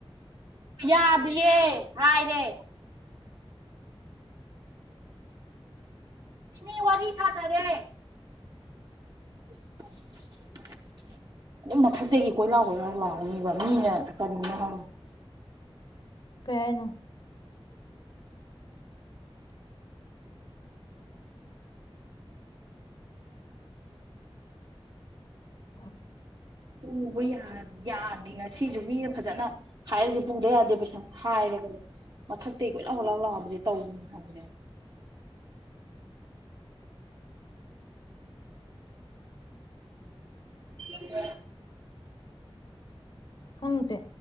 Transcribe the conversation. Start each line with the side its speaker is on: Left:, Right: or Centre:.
Right: ꯌꯥꯗꯤꯌꯦ ꯍꯥꯏꯔꯦ ꯃꯤ ꯋꯥꯔꯤ ꯁꯥꯅꯥꯔꯦ <unintelligible> ꯑꯗꯨꯝ ꯃꯊꯛꯇꯒꯤ ꯀꯣꯏꯂꯥꯎ ꯀꯣꯏꯂꯥꯎ ꯂꯥꯎꯅꯤꯕ ꯃꯤꯅ ꯀꯔꯤꯅ‌ꯣ ꯈꯪ
Left: ꯀꯩ ꯍꯥꯏꯅꯣ <unintelligible>
Right: ꯄꯨꯕ ꯌꯥ ꯌꯥꯗꯦ ꯉꯁꯤꯖꯨ ꯃꯤꯅ ꯐꯖꯅ ꯍꯥꯏꯔꯖꯨ ꯄꯨꯡ ꯗꯥꯔꯗꯩ ꯄꯩꯁꯥ ꯍꯥꯏꯔꯕꯅꯦ ꯃꯊꯛꯇꯩ ꯀꯣꯏ ꯂꯥꯎ ꯀꯣꯏ ꯂꯥꯎ ꯂꯥꯎꯕꯖꯦ ꯇꯧꯅꯨ ꯍꯥꯏꯕꯅꯦꯕ <unintelligible>
Left: ꯈꯪꯗꯦ